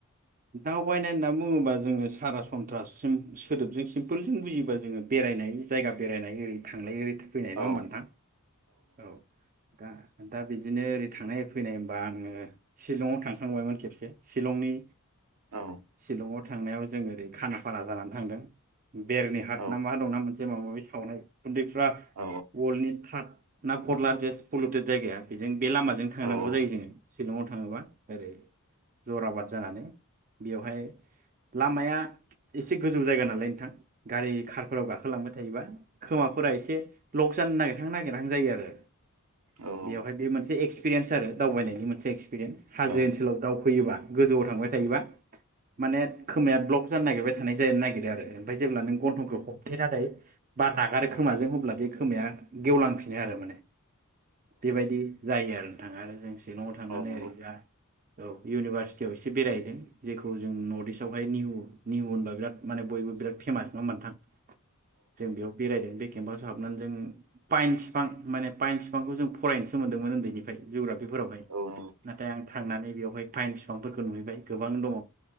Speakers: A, on the right; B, on the right.
A: दावबायनाय होनना बुङोबा जोङो सारा सन्त्रासिम सोदोबजों सिम्पोलजों बुजिबा जोङो बेरायनाय जायगा बेरायनाय ओरै थांलाय ओरै थां फैनाय नङा
B: औ
A: होमबा नोंथां औ दा दा बिदिनो ओरै थांनाय ओरै फैनाय होनबा आङो शिलंआव थांखांबायमोन खेबसे शिलंनि
B: औ
A: शिलंअथ थांनायाव जों ओरै खानाफारा जानानै थांदों बेरनिहाथ
B: औ
A: ना मा दंना मोनसे माबा माबि सावनाय उदैफ्रा
B: औ
A: वल्डनि थाद ना पर लारजेस्ट पलुटेड जायगाया बेजों बे लामाजों थांनांगौ
B: औ औ
A: जायो जोङो शिलंआव थाङोबा ओरै जराबाद जानानै बेवहाय लामाया एसे गोजौ जायगा नालाय नोंथां गारि कारफोराव गाखोलांबाय थायोबा खोमाफोरा एसे लक जानो नागिरहां नागिरहां जायो आरो
B: औ
A: बेवहाय
B: औ
A: बे मोनसे एक्स पिरियेन्स आरो दावबायनायनि मोनसे एक्स पिरेन्स
B: औ
A: हाजो
B: औ
A: ओनसोलाव दावखोयोबा गोजौआव थांबाय थायो माने खोमाया ब्लक जानो नागिरबाय थानाय जानो नागिरो ओमफ्राय जेब्ला नों गन्थंखौ हबथेनानै बार नागारो खोमाजों अब्ला बे खोमाया गेवलांफिनो आरो माने बेबायदि जायो आरो नोंथां आरो जों सिलङाव थांनानै
B: औ नंगौ
A: ओरैजा औ इउनिभारसिटियाव एसे बेरायहैदों जेखौ जों नर्थ इस्टावहाय निउ निउ होनबा बिराद माने बयबो बिराद फेमास नङा होम नोंथां जों बेयाव बेरायदों बे केम्पासो हाबनानै जों पाइन‌ बिफां माने पाइेन बिफांखौ जों फरायनोसो मोन्दोंमोन उन्दैनिफ्राय जुग्राफि फोरावहाय
B: औ औ औ नंगौ औ
A: नाथाय आं थांनानै बेवहाय फाइन बिफांफोरखौ नुहैबाय गोबां गोबां दङ